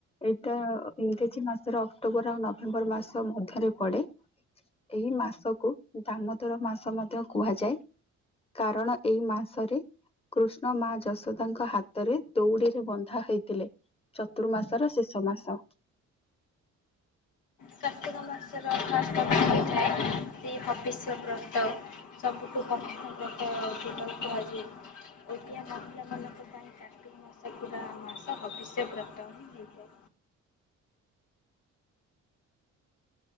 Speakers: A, on the left; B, on the left.
A: ଏଇଟା ଇଂରାଜୀ ମାସର ଅକ୍ଟୋବର ଆଉ ନଭେମ୍ବର ମାସ ମଧ୍ୟରେ ପଡେ। ଏହି ମାସକୁ ଦାମୋଦର ମାସ ମଧ୍ୟ କୁହାଯାଏ। କାରଣ ଏଇ ମାସରେ କୃଷ୍ଣ ମା ଜ ଯଶୋଦାଙ୍କ ହାତରେ ଦଉଡିରେ ବନ୍ଧା ହୋଇଥିଲେ। ଚତୁର୍ମାସର ଶେଷ ମାସ।
B: କାର୍ତ୍ତିକ ମାସର ଖାସ୍ ପ୍ରଭ ଥାଏ ସେଇ ହବିଷ୍ୟ ବ୍ରତ। ସବୁଠୁ <unintelligible> ବ୍ରତ ସେଟାକୁ କୁହଯାଏ। ଓଡ଼ିଆ ମହିଳା ମାନଙ୍କ ପାଇଁ କାର୍ତ୍ତିକ ଶକୁୁରା ମାସ ଭବିଷ୍ୟବ୍ରତ ବି ହୋଇଥାଏ।